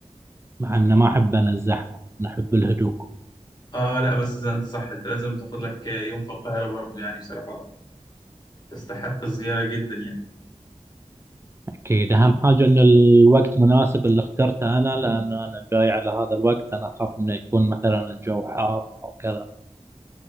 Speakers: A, on the right; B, on the left.
A: مع ان ما احب انا الزحمة نحب الهدوء
B: اه لا بس إذا انت صح انت لازم تاخد لك آه، يوم في القاهرة برضو يعني بصراحة تستحق الزيارة جدا يعني
A: اكيد اهم حاجة ان الوقت مناسب اللي اخترته انا لان انا جاي على هذا الوقت انا اخاف انه يكون مثلا الجو حار او كذا